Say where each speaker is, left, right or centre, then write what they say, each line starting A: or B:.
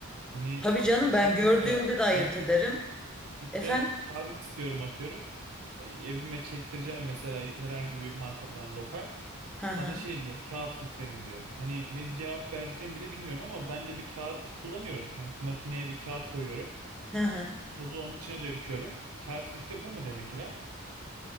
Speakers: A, on the right; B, in the centre.
A: Hani
B: Tabii canım
A: şey
B: ben
A: mesela
B: gördüğümde de ayırt
A: ben
B: ederim.
A: filtre
B: Efendim?
A: kahve istiyorum atıyorum. E, Evime çektireceğim mesela herhangi bir markadan lokal.
B: Hı hı.
A: Bana şey diyor kağıt filtre mi diyor. Hani ne cevap vereceğimi bile bilmiyorum ama ben de bir kağıt kullanıyorum. Mak- Makineye bir kağıt koyuyorum.
B: Hı hı.
A: Tozu onun içine döküyorum. Kağıt filtre bu mu demek İrem?